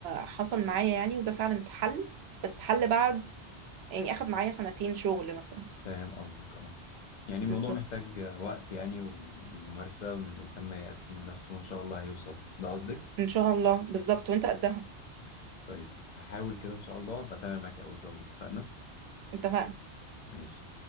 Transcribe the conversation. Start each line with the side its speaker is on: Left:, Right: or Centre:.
Right: حصل معايا يعني وده فعلا اتحل بس اتحل بعد يعني اخد معايا سنتين شغل مثلا
Left: فاهم قصدك اه يعني
Right: بالظبط
Left: الموضوع محتاج وقت يعني وممارسه وان الانسان ما يأسش من نفسه وان شاء الله هيوصل ده قصدك
Right: ان شاء الله بالظبط وانت قدها
Left: طيب هحاول كده ان شاء الله بتابع معاك اول باول اتفقنا
Right: انت
Left: ماشي